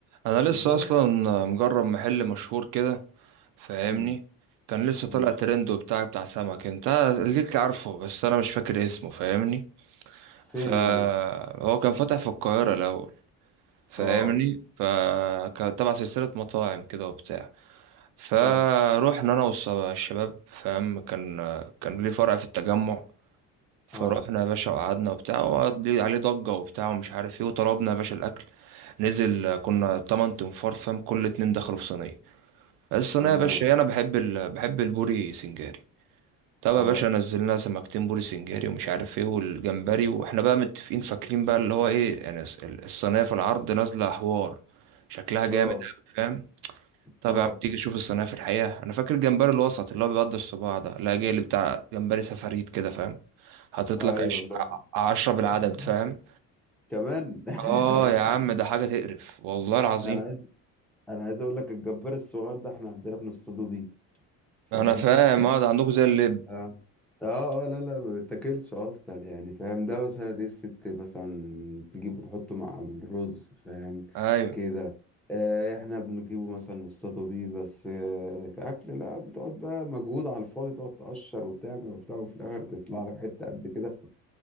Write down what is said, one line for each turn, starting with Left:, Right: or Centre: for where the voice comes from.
Right: انا لسه
Centre: بس
Right: اصلا مجرب محل مشهور كده فاهمني
Centre: مم.
Right: كان لسه طالع
Centre: مم.
Right: ترند وبتاع بتاع سمك انت ليك عارفه بس انا مش فاكر اسمه فاهمني
Centre: فين
Right: فهو
Centre: هو
Right: كان فاتح في القاهرة الاول فاهمني
Centre: اه
Right: فكان تبع سلسلة مطاعم كده وبتاع فروحنا
Centre: اه
Right: انا والشباب فاهم كان كان ليه فرع في التجمع فروحنا
Centre: اه
Right: يا باشا وقعدنا وبتاع وقضي عليه ضجة وبتاع ومش عارف ايه وطلبنا يا باشا الاكل نزل كنا
Centre: مم.
Right: تمن تنفار فاهم كل اتنين دخلوا في صينية الصينية
Centre: تمام
Right: يا باشا انا بحب ال... بحب البوري سنجاري طب
Centre: اه
Right: يا باشا نزلنا سمكتين بوري سنجاري ومش عارف ايه والجمبري واحنا بقى متفقين فاكرين بقى اللي هو ايه يعني الص- الصينية في العرض نازلة حوار شكلها جامد
Centre: اه
Right: أوي فاهم طبعا
Centre: اه
Right: تيجي تشوف الصينية في الحقيقة أنا فاكر الجمبري الوسط اللي هو بيقضي الصباع ده لا جاي اللي بتاع جمبري سفاريت كده فاهم حاطط
Centre: ايوه
Right: لك عش...
Centre: والله
Right: ع- عشرة
Centre: <laughs>
Right: بالعدد فاهم
Centre: كمان <laughs>
Right: آه يا عم ده حاجة تقرف والله العظيم
Centre: انا عايز انا عايز اقول لك الجبار الصغير ده احنا عندنا بنصطادوا بيه فاهمني
Right: أنا فاهم اه ده عندكم زي اللب
Centre: اه اه اه لا لا ما بيتاكلش اصلا يعني فاهم ده مثلا ايه الست مثلا تجيبه تحطه مع الرز فاهم
Right: أيوه
Centre: كده آه احنا بنجيبه مثلا نصطاده بيه بس آه كأكل لا بتقعد بقى مجهود على الفاضي تقعد تقشر وتعمل وبتاع وفي الاخر تطلع لك حتة قد كده